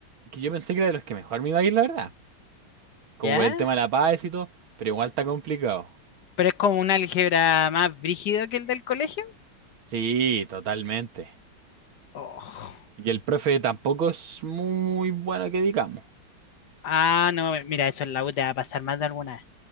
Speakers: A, on the right; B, on the left.
A: que yo pensé que era de los que mejor me iba a ir, la verdad. Como
B: ¿Ya?
A: por el tema de la paz y todo, pero igual está complicado.
B: Pero es como un álgebra más brígido que el del colegio.
A: Sí, totalmente.
B: Oh.
A: Y el profe tampoco es muy bueno que digamos.
B: Ah, no, mira, eso en la U te va a pasar más de alguna vez.